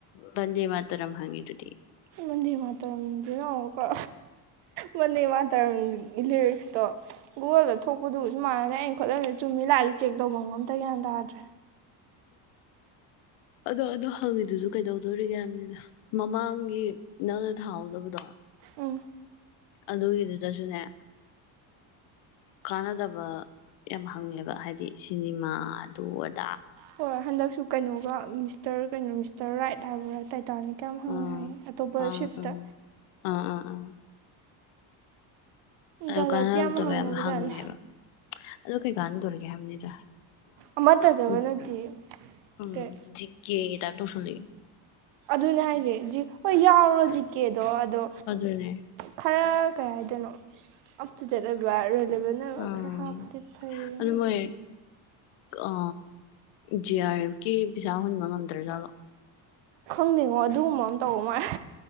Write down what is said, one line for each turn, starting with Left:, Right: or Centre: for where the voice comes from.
Left: ꯕꯟꯗꯦ ꯃꯥꯇꯔꯝ ꯍꯪꯉꯤꯗꯨꯗꯤ
Right: ꯃꯟꯗꯤꯦ ꯃꯥꯇꯔꯝꯗꯨꯅ ꯑꯃꯛꯀ ꯃꯟꯗꯤꯦ ꯃꯥꯇꯔꯝꯒꯤ ꯂꯤꯔꯤꯛꯁꯇꯣ ꯒꯨꯒꯜꯗ ꯊꯣꯛꯄꯗꯨꯕꯨꯁꯨ ꯃꯥꯟꯅꯩ ꯑꯩꯅ ꯈꯣꯠꯂꯝꯗ ꯆꯨꯝꯃꯤ ꯂꯥꯜꯂꯤ ꯆꯦꯛ ꯇꯧꯐꯝ ꯑꯝꯇ ꯒ꯭ꯌꯥꯟ ꯇꯥꯗ꯭ꯔꯦ
Left: ꯑꯗꯣ ꯑꯗꯨ ꯍꯪꯉꯤꯗꯨꯁꯨ ꯀꯩꯗꯧꯗꯣꯔꯤꯒꯦ ꯍꯥꯏꯕꯅꯤꯗ ꯃꯃꯥꯡꯒꯤ ꯅꯪꯅ ꯊꯥꯍꯧꯗꯕꯗꯣ
Right: ꯎꯝ
Left: ꯑꯗꯨꯒꯤꯗꯨꯗꯁꯨꯅꯦ ꯀꯥꯟꯅꯗꯕ ꯌꯥꯝ ꯍꯪꯉꯦꯕ ꯍꯥꯏꯗꯤ ꯁꯤꯅꯤꯃꯥꯗꯨ dd
Right: ꯍꯣꯏ ꯍꯟꯗꯛꯁꯨ ꯀꯩꯅꯣꯒ ꯃꯤꯁꯇꯔ ꯀꯩꯅꯣ ꯃꯤꯁꯇꯔ ꯔꯥꯏꯠ ꯍꯥꯏꯕꯥ ꯇꯥꯏ ꯇꯥꯅꯤ ꯀꯌꯥꯝ ꯍꯪꯉꯉꯥꯏꯦ
Left: ꯎꯝ
Right: ꯑꯇꯣꯞꯄ
Left: ꯑꯪ
Right: ꯁꯤꯐꯇ
Left: ꯎꯝ ꯑꯥ ꯑꯥ ꯑꯥ ꯑꯗꯨ
Right: ꯖꯥꯠ
Left: ꯀꯥꯟꯅꯗꯕ
Right: ꯖꯥꯠꯇꯤ ꯍꯪꯉꯕꯖꯥꯠꯅꯤ
Left: ꯌꯥꯝ ꯍꯪꯉꯦꯕ ꯑꯗꯨ ꯀꯩ ꯀꯥꯟꯅꯗꯣꯔꯤꯒꯦ ꯍꯥꯏꯕꯅꯤꯗ
Right: ꯑꯃꯠꯇꯗꯒ
Left: ꯄꯨ
Right: ꯅꯠꯇꯦ
Left: ꯎꯝ
Right: ꯀꯩ
Left: ꯤꯖꯦ ꯇꯀꯣ ꯁꯅꯤ
Right: ꯑꯗꯨꯅꯦ ꯍꯥꯏꯁꯦ ꯍꯣꯏ ꯌꯥꯎꯔꯣꯖꯤ ꯀꯦ ꯑꯗꯣ ꯑꯗꯣ
Left: ꯑꯗꯨꯅꯦ
Right: ꯈꯔ ꯀꯌꯥꯗꯅꯣ ꯑꯞꯊꯖꯗꯕꯔ ꯂꯩꯕꯅ
Left: ꯎꯝ
Right: ꯈꯔ ꯍꯥꯞꯇꯦ ꯐꯩ ꯑꯗꯨꯅ
Left: ꯑꯗꯨ ꯃꯣꯏ ꯑ ꯖꯤ ꯑꯔꯀꯤ ꯄꯩꯁꯥ ꯍꯨꯟꯕ ꯉꯝꯗ꯭ꯔꯖꯥꯠꯂꯣ
Right: ꯈꯪꯅꯤꯡꯉꯣ ꯑꯗꯨꯒꯨꯝꯕ ꯑꯃ ꯇꯧꯕ ꯃꯥꯂꯦ